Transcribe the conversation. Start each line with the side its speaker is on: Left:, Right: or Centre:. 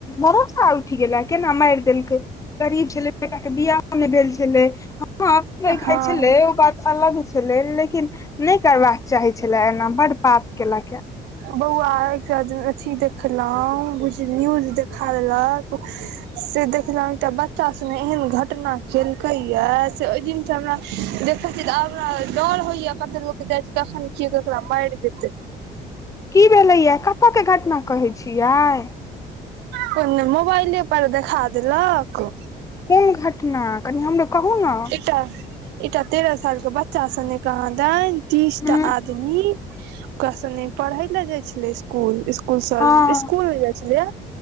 Left: भरोसा उठि गेल केना माइर देलके गरीब छेलै बेटा के बियाहो नहि भेल छलै हाँ नै खाइ
Right: हँ
Left: छेलै ओ बात अलग छेलै लेकिन नहि करबाक चाहे छेले एना बड्ड पाप केलक ए
Right: बौआ एकटा अथी देखलौं बुझ न्यूज देखा देलक से देखलौं तऽ एकटा बच्चा सने एहन घटना केलकै यै से ओहि दिन सँ हमरा देखै छी तऽ आब डर होइया कते लोक जाइ छै कखन के केकरा मारि देतै
Left: की भेलेये कतऽ के घटना कहै छियै
Right: <unintelligible> मोबाइले पर देखा देलक
Left: कोन घटना कनी हमरो कहू नऽ
Right: चास <unintelligible> एकटा तेरह साल के बच्चा सने कहाँ दनि तीस
Left: हँ
Right: टा आदमी ओकरा सने पढ़य ले जाइ छलै स्कूल स्कूल से
Left: हँ
Right: स्कूल नै जाइ छलैये